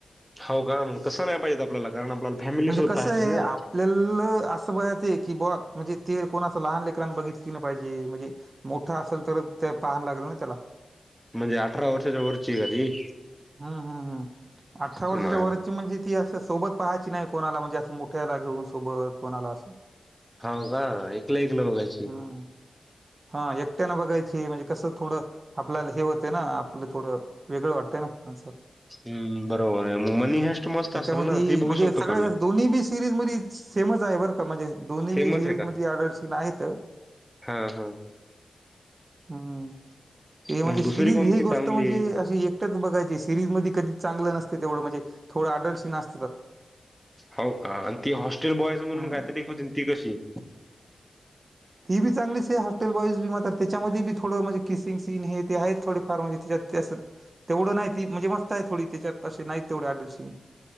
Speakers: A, in the centre; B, on the right.
A: हो का? मग तसं नाही पाहिजे आपल्याला, कारण आपल्याला फॅमिलीसोबत
B: म्हणजे कसं
A: पाहायची
B: आहे
A: ना.
B: आपल्याला असं बघायचं की बवा, म्हणजे ते कोण असं लहान लेकरानं बघितली न पाहिजे, म्हणजे मोठं असेल तरच ते पाह लागल ना त्याला.
A: म्हणजे अठरा वर्षाच्या वरची आहे का ती?
B: हम्म हम्म हम्म, अठरा वर्षाच्या
A: हो
B: वरची म्हणजे ती असं सोबत पहायची नाही, कोणाला म्हणजे असं मोठ्याला घेऊन सोबत कोणाला असं.
A: हा का? एकलं एकलं बघायची.
B: हम्म हा एकट्यानी बघायची, म्हणजे कसं थोडं आपल्याला हे होते ना, आपलं थोडं वेगळं वाटतंय ना माणसात.
A: हम्म बरोबर आहे, मग मनी हॅस्ट मस्त
B: त्याच्यामध्ये
A: असेल ना ती, बघू
B: म्हणजे
A: शकतो
B: सगळ्या
A: का मी?
B: जास्त दोन्ही बी सिरीज मिरीच सेमच आहे बर का म्हणजे, दोन्ही
A: सेमच
B: बी सिरीज
A: आहे का
B: मध्ये अडल्ट सीन आहेत.
A: हा हा
B: हम्म, ते म्हणजे
A: मग
B: सिरीज
A: दुसरी कोणती
B: ही गोष्ट
A: चांगली
B: म्हणजे, अशी एकटच बघाय सीरीज मधी कधी चांगलं नसतं तेवढं म्हणजे, थोडं अडल्ट सीन अस
A: हो का आणि ती हॉस्टेल बॉईज म्हणून
B: हम्म
A: काहीतरी होती ती कशी.
B: ती बी चांगलीच आहे हॉस्टेल बॉईज बिमतेफे त्याच्यामध्ये बी थोडं म्हणजे किसिंग सीन हे ते आहेत थोडेफार म्हणजे त्याच्यात तसेच तेवढं नाय ती म्हणजे मस्त आहे थोडी त्याच्यात ते नाही तेवढे अडसीन